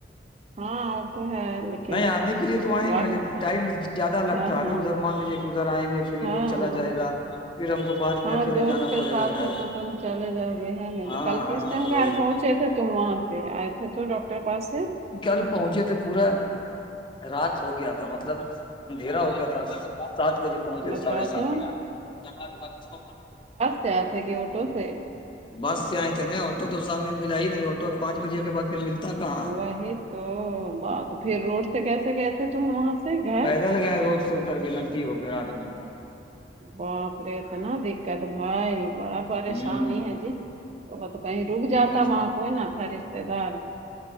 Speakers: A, on the right; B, on the left.
A: ہاں وہ تو ہے لیکن
B: نہیں آنے کے لیے تو آئیں
A: وقت
B: گے لیکن ٹائم زیادہ لگتا
A: ہاں
B: ہے
A: ہاں
B: نا ادھر مان لیجیے کہ ادھر آئیں گے پھر
A: ہاں
B: لوگ چلا جائے گا پھر ہم کو بعد میں
A: ہاں
B: اکیلے
A: دوست
B: جانا
A: کے
B: پڑے
A: ساتھ
B: گا گھر
A: ہو تو تم چلے جاؤ گے ہے نہیں
B: ہاں
A: تو کل کس
B: ہاں
A: ٹائم
B: وہی
A: گھر پہنچے تھے تو وہاں پ آئے تھے تو ڈاکٹر پاس سے
B: کل پہنچے تھے پورا رات ہو گیا تھا مطلب اندھیرا ہو گیا تھا سات بجے پہنچتے
A: بتاؤ
B: ساڑھے سات
A: تو
B: ب
A: جی اٹو سے
B: بس سے آئے تھے ن آٹو تو شام میں ملا ہی نہیں آٹو پانچ بجے کے بع ملتا کہاں
A: وہی تو بات پھر روڈ سے کیسے گئے تھے تو وہاں سے گھر
B: پیدل گیا روڈ سے اتر کے ندی ہو کے رات میں
A: باپ رے اتنا دقت بھائی بڑا پریشانی
B: ہ
A: ہے جی تو تو کہیں رک جاتا
B: ہ
A: وہاں کوئی نہ تھا رشتے دار